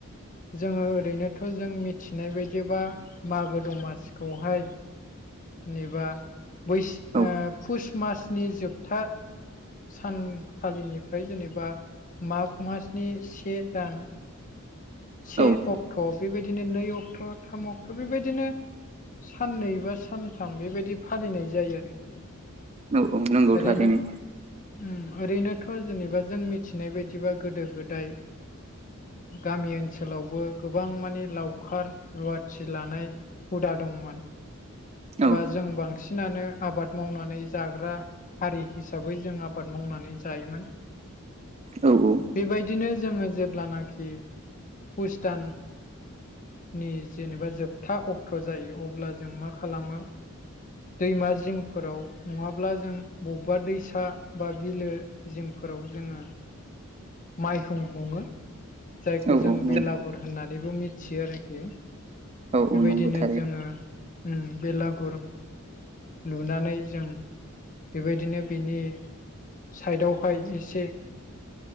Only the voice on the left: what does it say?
जोङो ओरैनोथ' जों मिथिनाय बायदिबा मागो दमासिखौहाय नेबा बैस
ओ फुस मासनि जोबथा सानखालिनिफ्राय जेनेबा माग मासनि से दान से
अक्ट' बेबायदिनो नै अक्ट' थाम अक्ट' बेबायदिनो साननै बा सानथाम बेबायदि फालिनाय जायो आरोखि।
ओरैनो
उम ओरैनोथ' जेनेबा जों मिथिनाय बादिबा गोदो गोदाय गामि ओनसोलावबो गोबां मानि लावखार रुवा थि लानाय हुदा दंमोन।
बा जों बांसिनानो आबाद मावनानै जाग्रा हारि हिसाबै जों आबाद मावनानै जायोमोन।
बेबायदिनो जोङो जेब्लानाखि पुष दान नि जेनेबा जोबथा अक्ट' जायो अब्ला जों मा खालामो दैमा जिंफोराव नङाब्ला जों बबेबा दैसा बा बिलो जिंफोराव जोङो माइहुं हुङो जायखौ
जों
बेलागुर
होननानैबो मिथियो आरोखि।
बेबायदिनो
जोङो उम बेलागुर लुनानै जों बेबायदिनो बिनि साइदआवहाय एसे